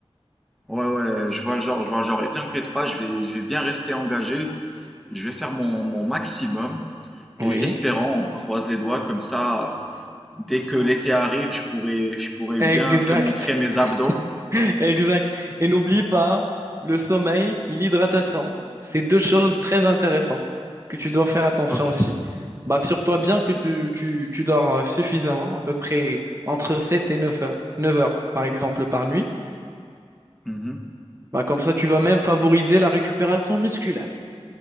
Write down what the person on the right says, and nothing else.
Oui,
exact.
<laughs> Exact. Et n'oublie pas, le sommeil et l'hydratation, c'est deux choses très intéressantes que tu dois faire attention
aussi. Bah, assure-toi bien que tu, tu, tu dors euh, suffisamment, à peu près entre 7 et 9 heures. neuf heures, par exemple, par nuit.
Bah, comme ça, tu vas même favoriser la récupération musculaire.